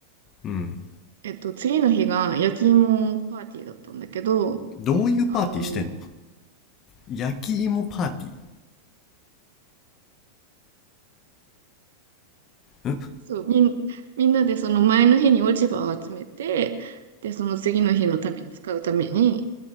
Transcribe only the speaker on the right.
えっと、次の日が焼き芋パーティーだったんだけど、
あの、
そう、みん、みんなでその前の日に落ち葉を集めて、で、その次の日のために使うために、